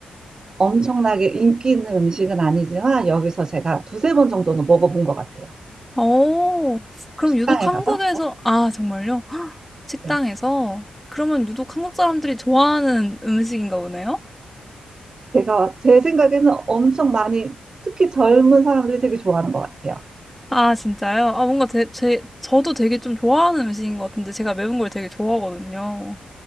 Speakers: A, on the right; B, in the centre.
A: 엄청나게 인기 있는 음식은 아니지만 여기서 제가 두세 번 정도는 먹어본 것 같아요.
B: 오, 그럼
A: 식당에
B: 유독 한국에서,
A: 가서.
B: 아, 정말요? <gasps> 헉, 식당에서?
A: 네.
B: 그러면 유독 한국 사람들이 좋아하는 음식인가 보네요?
A: 제가 제 생각에는 엄청 많이 특히 젊은 사람들이 되게 좋아하는 것 같아요.
B: 아, 진짜요? 아, 뭔가 제, 제, 저도 되게 좀 좋아하는 음식인 것 같은데 제가 매운 걸 되게 좋아하거든요.